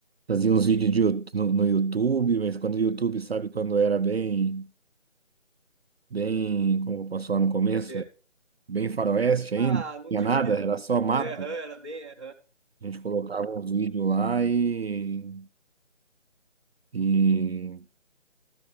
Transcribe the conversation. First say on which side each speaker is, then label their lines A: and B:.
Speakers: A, on the right; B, on the right.
A: fazia uns vídeos de Yout- no, no YouTube, mas quando o YouTube, sabe, quando era bem, bem, como eu posso falar no começo,
B: É.
A: bem faroeste ainda,
B: Ah,
A: não
B: não
A: tinha
B: tinha
A: nada,
B: muito.
A: era só mato.
B: É, aham, era bem. é,
A: A gente colocava uns vídeos lá e e,